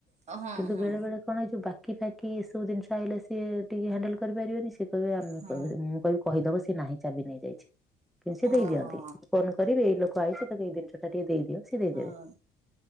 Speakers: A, on the right; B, in the centre.
A: ହଁ
B: କିନ୍ତୁ
A: ହଁ
B: ବେଳେ ବେଳେ କଣ ଏଇ ଯୋଉ ବାକି ଫାକି ଏ ସବୁ ଜିନିଷ ଆଇଲେ ସିଏ ଟିକେ ହ୍ୟାଣ୍ଡେଲ କରିପାରିବେନି ଶ୍ ସିଏ କହିବେ ଆମେ
A: ହଁ
B: କହିବୁନି ମୁଁ କହିବି କହିଦବ ସିଏ ନାହିଁ ଚାବି ନେଇଯାଇଛି, କିନ୍ତୁ ସିଏ
A: ଓହୋ
B: ଦେଇଦିଅନ୍ତି ଫୋନ୍ କରିବେ ଏଇ ଲୋକ ଆଇଛି ତାକୁ ଏଇ ଜିନିଷ ଟା ଟିକେ ଦେଇଦିଅ ସିଏ ଦେଇଦେବେ।
A: ହଁ